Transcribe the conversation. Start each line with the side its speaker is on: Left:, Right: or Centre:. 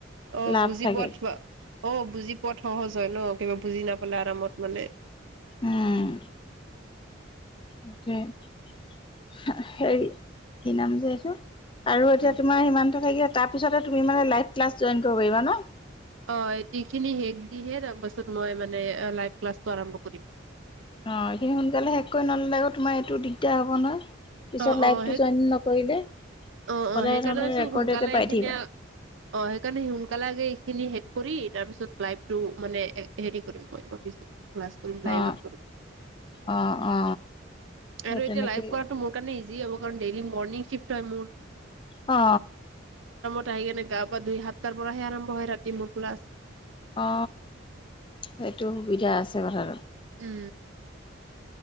Right: অ
Left: লাভ
Right: বুজি
Left: থাকে
Right: পোৱো থোৱা অ বুজি পোৱাত সহজ হয় ন বুজি নাপালে আৰামত মানে
Left: উম সেইটোৱে হেৰি কি নাম যে এইটো আৰু এতিয়া
Right: উম
Left: তোমাৰ সিমান টো থাকি আ তাৰ পিছতে তুমি মানে লাইভ ক্লাছ জইন কৰিব পাৰিবা ন
Right: অটিখিনি শেষ দিহে তাৰপাছত মই মানে লাইভ ক্লাছটো আৰম্ভ কৰিম
Left: অ এইখিনি সোনকালে শেষ কৰি নললে কত তোমাৰ এইটো দিগদাৰ হ'ব নয় পিছত
Right: অ
Left: লাইভটো
Right: অ সেই
Left: জইন নকৰিলে
Right: অ
Left: সদায়
Right: অ সেইকাৰণে
Left: নহ'লে
Right: চো
Left: ৰেকৰ্ডতে
Right: সোনকালে
Left: পাই
Right: এইখিনিয়ে
Left: থাকিবা।
Right: অ সেইকাৰণে সোনকালে আগে খিনি শেষ কৰি তাৰ পিছত লাইভটো মানে হেৰি কৰিম মই ভাবিছো
Left: অ অ অ সেই
Right: আৰু
Left: তেনেকেই
Right: এতিয়া লাইভ কৰাটো মোৰ কাৰণে ইজ- যি হ'ব কাৰণ ডেইল মনিং শ্বিফ্ট হয় মোৰ
Left: অ
Right: আহ আহি কেনে গা পৰা দুই সাতটাৰ পৰাহে আৰম্ভ হয় ৰাতি মোৰ ক্লাছ
Left: অ সেইটো সুবিধা আছে কথাটোত
Right: উম